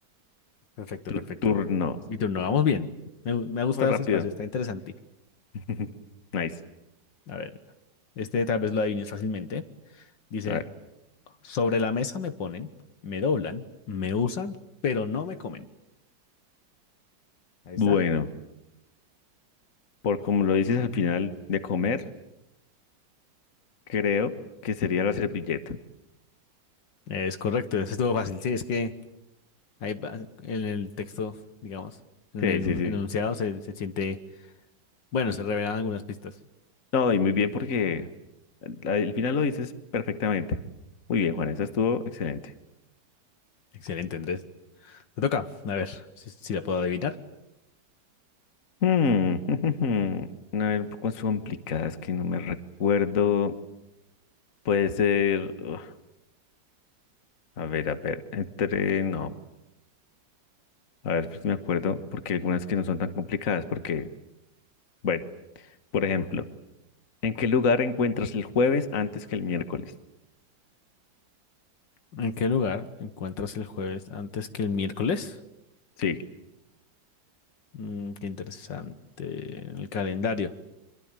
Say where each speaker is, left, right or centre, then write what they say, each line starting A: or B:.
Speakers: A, on the left; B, on the left.
A: Perfecto,
B: Tu
A: perfecto.
B: turno.
A: Es mi turno, vamos bien. Me, gu- me ha gustado
B: Muy rápido.
A: este espacio, está interesante.
B: <laughs> Nice.
A: A ver, este tal vez lo adivines fácilmente. Dice,
B: A ver.
A: sobre la mesa me ponen, me doblan, me usan, pero no me comen. Ahí
B: Bueno,
A: está.
B: por como lo dices al final de comer, creo que sería la servilleta.
A: Es correcto, ese estuvo fácil. Sí, es que ahí va- en el texto, digamos, en
B: Sí,
A: el
B: sí, sí.
A: enunciado se, se siente, bueno, se revelan algunas pistas.
B: No, y muy bien porque al al final lo dices perfectamente. Muy bien, Juan, eso estuvo excelente.
A: Excelente, Andrés. Te toca, a ver si, si la puedo adivinar.
B: Hmm, <laughs> A ver, un poco complicadas que no me recuerdo. Puede ser. uf, a ver, a ver. Entre. No. A ver, pues me acuerdo. Porque algunas que no son tan complicadas. Porque, bueno, por ejemplo, ¿en qué lugar encuentras el jueves antes que el miércoles?
A: ¿En qué lugar encuentras el jueves antes que el miércoles?
B: Sí.
A: Mm, qué interesante. El calendario.